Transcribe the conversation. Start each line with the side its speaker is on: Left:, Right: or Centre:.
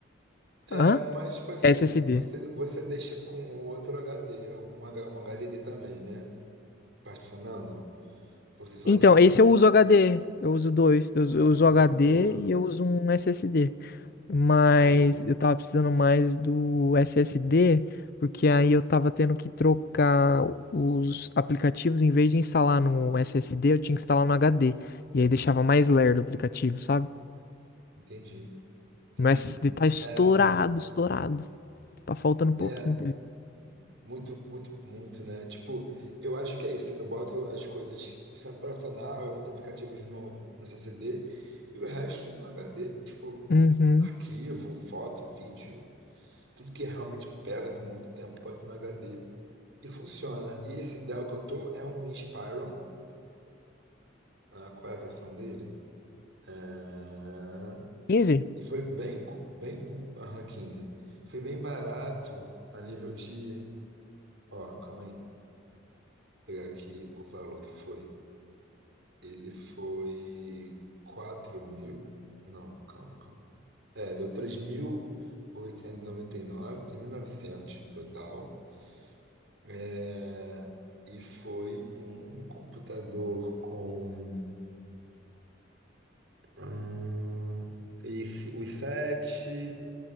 Right: É,
Left: Hã?
Right: mas, tipo assim,
Left: SSD.
Right: você, você deixa com outro HD, um, H- um HDD também, né? Particionando? Ou você só
Left: Então,
Right: deixa SSD?
Left: esse eu uso HD. Eu uso dois. Eu, uso
Right: Ah,
Left: eu uso
Right: tá.
Left: HD
Right: Boa,
Left: e eu uso um SSD. Mas
Right: boa.
Left: eu tava precisando mais do SSD, porque aí eu tava tendo que trocar os aplicativos. Em vez de instalar no SSD, eu tinha que instalar no HD. E aí deixava mais lerdo o aplicativo, sabe?
Right: Entendi, entendi.
Left: Meu SSD tá estourado,
Right: é
Left: estourado. Tá faltando um pouquinho
Right: é
Left: pra ele.
Right: Muito, muito, muito, né? Tipo, eu acho que é isso. Eu boto as coisas, o centro operacional, eu curto aplicativos no, no C C D e o resto no H D, Tipo,
Left: Uhum.
Right: arquivo, foto, vídeo, tudo que realmente pesa por muito tempo, boto no H D e funciona. E esse Dell que eu tô é um Inspiron, ah, qual é a versão dele? Ah,
Left: 15?
Right: e foi bem, cu- bem, aham, 15. Foi bem barato a nível de. Ó, calma aí. Vou pegar aqui o valor que foi. Ele foi quatro mil. Não, calma, calma. É, deu três três mil oitocentos e e noventa e nove, 3.899, novecentos no total. É, e foi um computador com ah, esse- os 7,